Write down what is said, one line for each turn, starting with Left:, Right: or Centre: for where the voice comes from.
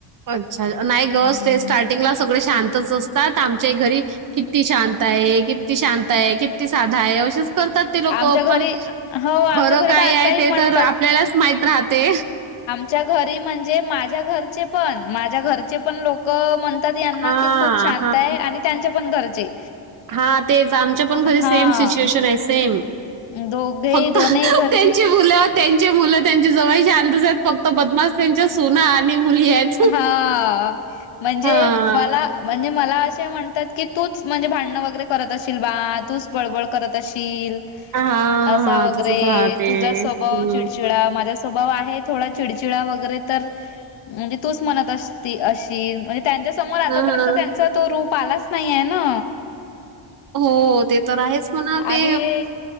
Right: अच्छा! नाही ग
Left: हं.
Right: ते स्टार्टिंगला सगळे शांतच असतात, आमच्याही घरी किती शांत आहे, किती शांत आहे, किती साधा आहे, असच करतात ते लोक,
Left: आमच्या घरी
Right: पण
Left: हो, आमच्या
Right: खर
Left: घरी
Right: काय
Left: तर आताही
Right: आहे ते
Left: म्हणतात.
Right: तर आपल्याला माहित राहते
Left: च्या घरी म्हणजे, माझ्या घरचे पण माझ्या घरचे पण लोक म्हणतात यांना
Right: हां,
Left: कि, खूप शांत आहे, आणि त्यांचे पण घरचे
Right: हा, तेच, आमच्या पण घरी
Left: हा
Right: सेम सिच्युएशन आहे, सेम.
Left: दोघेही
Right: फक्त
Left: दोनही घरचे
Right: त्यांची मुलं, त्यांचे मुलं, त्यांच्या जवळचे शांतच आहेत, फक्त बदमास त्यांच्या सुना आणि मुली आहेत.
Left: हा, म्हणजे
Right: हां.
Left: मला, म्हणजे मला असे म्हणतात की तूच म्हणजे, भांडणं वगैरे करत असशील बा, तूच बडबड करत असशील.
Right: हां,
Left: असा
Right: हां.
Left: वगैरे,
Right: तसंच राहते.
Left: तुझा स्वभाव
Right: हं.
Left: चिडचिडा माझ्या स्वभाव आहे थोडा चिडचिडा वगैरे, तर तूच म्हणत अस अशील, म्हणजे त्यांच्या समोर आतापर्यंत
Right: हां, हां.
Left: त्यांचा तो रूप प लाच नाही आहे ना.
Right: हो, ते तर आहेच म्हणा, ते
Left: आणि